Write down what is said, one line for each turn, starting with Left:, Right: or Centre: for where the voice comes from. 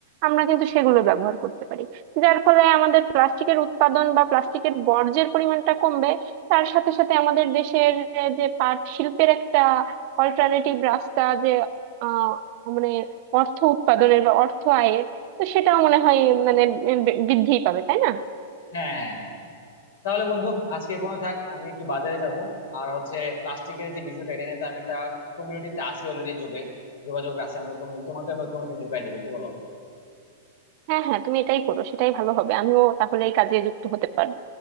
Right: আমরা কিন্তু সেগুলো ব্যবহার করতে পারি যার ফলে আমাদের প্লাস্টিকের উৎপাদন বা প্লাস্টিকের বর্জ্যের পরিমাণটা কমবে তার সাথে সাথে আমাদের দেশের আহ, যে পাট শিল্পের একটা অল্টারনেটিভ রাস্তা যে আহ মানে অর্থ উৎপাদনের বা অর্থ আয়ের তো সেটাও মনে হয় মানে বৃদ্ধিই পাবে তাই না
Left: হ্যাঁ হ্যাঁ হ্যাঁ তাহলে বন্ধু আজকে এ পর্যন্ত থাক আমি একটু বাজারে যাব আর হচ্ছে প্লাস্টিকের যে বিষয়টা এটা নিয়ে তো আমি একটা কমিউনিটিতে আছি অলরেডি যোগে যোগাযোগ আছে আমাদের কমিউনিটি তোমাকে আমি কমিউনিটি ঢুকাই দিবো কি বলো
Right: হ্যাঁ হ্যাঁ তুমি এটাই করো সেটাই ভালো হবে আমিও তাহলে এই কাজে যুক্ত হতে পারবো